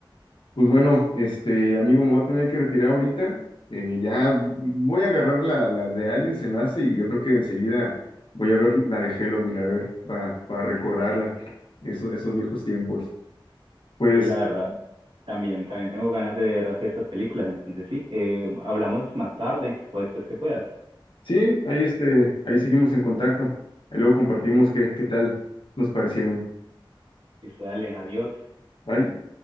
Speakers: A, on the left (about 70°); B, on the right (about 75°).
A: Pues bueno, este amigo, me voy a tener que retirar ahorita. Eh, ya voy a agarrar la, la de Alien, se me hace, y yo creo que enseguida voy a ver la de Halloween, a ver, para, para recordarla, esos, esos viejos tiempos. Pues
B: Sí, la verdad. También, también tengo ganas de ver estas películas, entonces sí, eh, hablamos más tarde o después que puedas.
A: sí, ahí, este, ahí seguimos en contacto. Ahí luego compartimos qué, qué tal nos parecieron.
B: Eso, dale, adiós.
A: Bye.